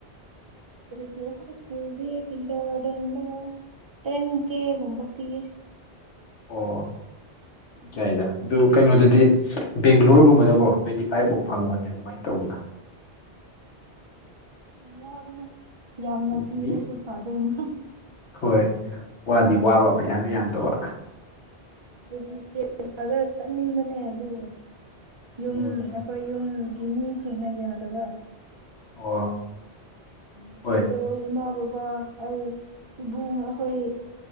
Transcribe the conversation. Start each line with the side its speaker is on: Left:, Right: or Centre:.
Right: ꯗꯤ ꯍꯣꯏ ꯁꯀꯨꯜ ꯗꯤ ꯀꯤꯟꯗꯔꯪꯒꯥꯔꯗꯦꯟꯗ ꯇꯦꯟ ꯀꯦ ꯒꯨꯝꯕ ꯄꯤꯌꯦ <unintelligible>
Left: ꯑꯣ ꯌꯥꯏꯗ ꯑꯗꯨ ꯀꯩꯅꯣꯗꯗꯤ ꯕꯦꯡꯒ꯭ꯂꯣꯔꯒꯨꯝꯕꯗꯀꯣ ꯇ꯭ꯋꯦꯟꯇꯤ ꯐꯥꯏꯚꯃꯨꯛ ꯐꯪꯕꯅꯦ ꯑꯗꯨꯃꯥꯏꯅ ꯇꯧꯒꯗꯅ
Right: ꯌꯥꯝ ꯋꯥꯕꯅꯦ ꯌꯥꯝꯅ
Left: ꯎꯝ
Right: ꯄꯤꯔꯁꯨ
Left: ꯃꯤ
Right: ꯐꯥꯗꯣꯢꯅꯦ
Left: ꯍꯣꯏ ꯋꯥꯗꯤ ꯋꯥꯕ ꯄꯩꯁꯥꯅ ꯌꯥꯝꯗꯕ
Right: ꯗꯦꯂꯤ <unintelligible> ꯆꯠꯅꯤꯡꯕꯅꯦ ꯑꯗꯨ ꯌꯨꯝ
Left: ꯎꯝ
Right: ꯑꯩꯈꯣꯏ ꯌꯨꯝꯒꯤ ꯃꯤꯁꯤꯡꯅ ꯌꯥꯗꯕ
Left: ꯑꯣ
Right: ꯎꯈꯣꯏꯗꯣ
Left: ꯍꯣꯏ
Right: ꯏꯃꯥ ꯕꯕꯥ ꯑꯩ ꯏꯕꯨꯡ ꯑꯩꯈꯣꯏ